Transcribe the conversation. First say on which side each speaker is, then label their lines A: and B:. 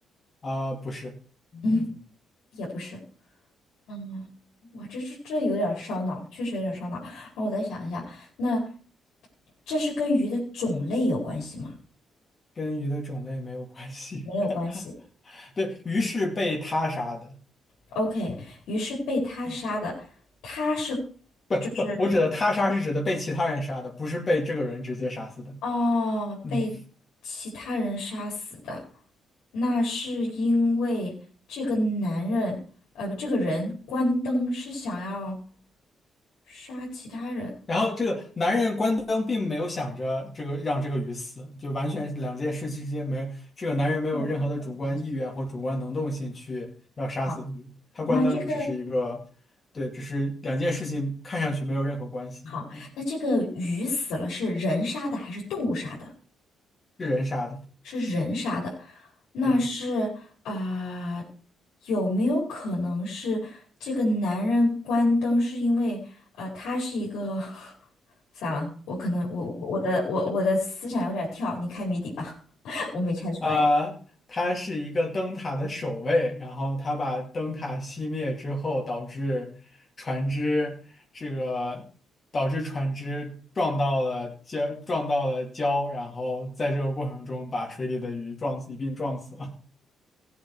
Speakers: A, on the left (about 35°); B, on the left (about 85°).
A: 啊、不是，嗯，
B: 嗯，也不是。嗯，哇，这这这有点儿烧脑，确实有点儿烧脑。然后我再想一下，那这是跟鱼的种类有关系吗？
A: 跟鱼的种类没有关系。
B: 没有关系。
A: <laughs> 对，鱼是被他杀的，
B: OK，于是被他杀的，他是
A: 不不，
B: 就是
A: 我指的他杀是指的被其他人杀的，不是被这个人直接杀死的。
B: 哦，
A: 嗯，
B: 被其他人杀死的，那是因为这个男人，呃，不这个人关灯是想要杀其他人。
A: 然后这个男人关灯并没有想着这个让这个鱼死，就完全两件事之间没，这个男人没有任何的主观意愿或主观能动性去要杀死鱼，
B: 没人好，
A: 他关灯只是一个，
B: 那这个
A: 对，只是两件事情看上去没有任何关系啊，
B: 好，那这个鱼死了是人杀的还是动物杀的？
A: 是人杀的。
B: 是人杀的，那是啊、
A: 对。
B: 呃有没有可能是这个男人关灯是因为呃，他是一个 <laughs> 算了，我可能我我我的我我的思想有点跳，你开谜底吧，<laughs> 我没猜出来。
A: 啊，他是一个灯塔的守卫，然后他把灯塔熄灭之后，导致船只这个导致船只撞到了礁，撞到了礁，然后在这个过程中把水里的鱼撞死，一并撞死了。